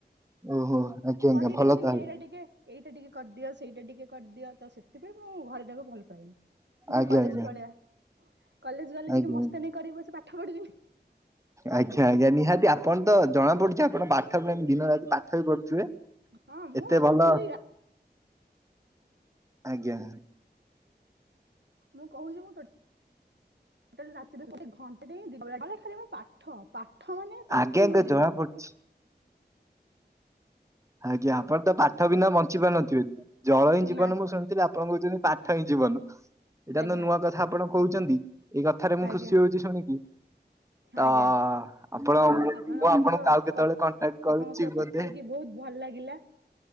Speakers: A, on the right; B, on the right.
A: ଓହୋ ଆଜ୍ଞା
B: ପଢେଇ
A: ଆଜ୍ଞା
B: ଦିଅନ୍ତିନି
A: ଭଲ ତାହେଲେ
B: ଏଇଟା ଟିକେ ଏଇଟା ଟିକେ କରିଦିଅ ସେଇଟା ଟିକେ କରିଦିଅ। ତ ସେଥିପାଇଁ ମୁଁ ଘରେଟାକୁ ଭଲ ପାଇନି ନା
A: ଆଜ୍ଞା
B: କଲେଜ
A: ଆଜ୍ଞା।
B: ପଳେଇଆ। କଲେଜ ଗଲେ
A: ଆଜ୍ଞା
B: ଟିକେ ମସ୍ତାନୀ କରିବ ସେ ପାଠ ପଢ଼ିବିନି।
A: ଆଜ୍ଞା ଆଜ୍ଞା ନିହାତି ଆପଣ ତ ଜଣା ପଡୁଛି ଆପଣ ପାଠ ଦିନ ରାତି ପାଠ ବି ପଢୁଥିବେ?
B: ହଁ ମୁଁ
A: ଏତେ ଭଲ
B: ଟୋଟାଲି ଆ
A: ଆଜ୍ଞା।
B: ମୁଁ କହୁନି ମୁଁ ଟୋ ଟାଲି ରାତୀ ରେ ଘଟେଣ୍ଟେ ହିଁ ଦିନ ବେଳା ଟା ଖାଲି ମୁ ପାଠ ପାଠ ମାନେ ପାଠ
A: ଆଜ୍ଞା ଆଜ୍ଞା
B: ହିଁ ମୋ ଜୀବନ।
A: ଜଣା ପଡୁଛି ଆଜ୍ଞା ଆପଣ ତ ପାଠ ବିନା ବଞ୍ଚି ପାରୁନଥିବେ। ଜଳ ହିଁ ଜୀବନ
B: ନା
A: ମୁଁ ଶୁଣିଥିଲି ଆପ ଆପଣ କହୁଛନ୍ତି ପାଠ ହିଁ ଜୀବନ। ଏଇଟା
B: ଆଜ୍ଞା
A: ତ ନୂଆ କଥା ଆପଣ କହୁଛନ୍ତି। ଏଇ କଥାରେ ମୁଁ
B: ଆଜ୍ଞା
A: ଖୁସି ହଉଛି ଶୁଣିକି ତ
B: ଆଜ୍ଞା
A: ଆପଣ ମୁଁ
B: ଆପଣ
A: ଆପଣଙ୍କୁ
B: ତ
A: ଆଉ କେତେବେଳେ
B: କ
A: କଣ୍ଟାକ୍ଟ କରୁଛି
B: ଆପଣଙ୍କ ସହ
A: ବୋଧେ
B: କଥା ହେଇକି ବହୁତ ଭଲ ଲାଗିଲା